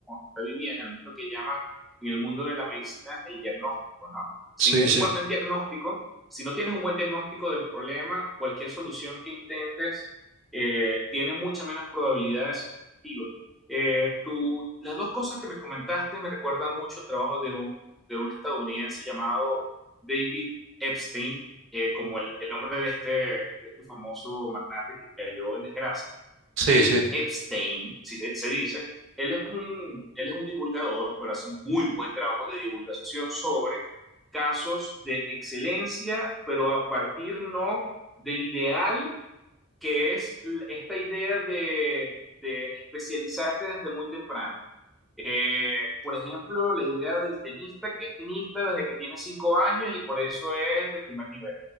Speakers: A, in the centre; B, on the right (about 55°).
A: está viviendo, lo que llaman en el mundo de la medicina el diagnóstico, ¿no? Sin
B: sí,
A: un
B: sí,
A: buen diagnóstico, si no tienes un buen diagnóstico del problema, cualquier solución que intentes eh, tiene mucha menos probabilidad de ser efectiva eh, tú, las dos cosas que me comentaste me recuerdan mucho el trabajo de un, de un estadounidense llamado David Epstein, eh, como el, el nombre de este, de este famoso magnate que cayó en desgracia.
B: sí,
A: David
B: sí,
A: Epstein, si se, se dice, él es un, él es un divulgador, pero hace un muy buen trabajo de divulgación sobre casos de excelencia, pero a partir no del ideal que es l- esta idea de, de especializarte desde muy temprano. Eh, por ejemplo, la idea del tenista, que es tenista desde que tiene cinco años y por eso es de primer nivel.